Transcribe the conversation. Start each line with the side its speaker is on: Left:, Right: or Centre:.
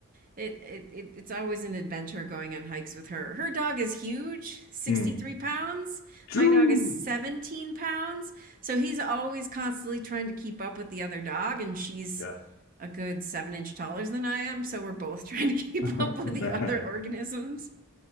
Right: it it, it it's always an adventure going on hikes with her. Her dog is huge, 63
Left: Hmm.
Right: pounds.
Left: Choo!
Right: My dog is 17 pounds, so he's always constantly trying to keep up with the other dog, and she's
Left: Yeah.
Right: a good seven inch taller than I am, so we're both <laughs> trying to keep
Left: <laughs>
Right: up with
Left: Oh
Right: the
Left: man.
Right: other organisms.